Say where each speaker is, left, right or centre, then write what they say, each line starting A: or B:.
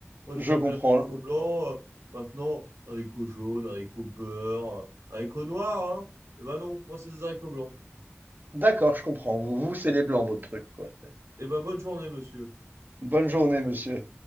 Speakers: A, on the right (about 80°); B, on the right (about 40°).
A: Moi, je
B: Je
A: les appelle
B: comprends.
A: haricots blancs. euh, maintenant, haricots jaunes, haricots beurre, euh, haricots noirs. Hein. Eh ben non, moi, c'est des haricots blancs.
B: D'accord, je comprends. Vous, vous, c'est les blancs, votre truc, quoi.
A: Eh ben, bonne journée, monsieur.
B: Bonne journée, monsieur.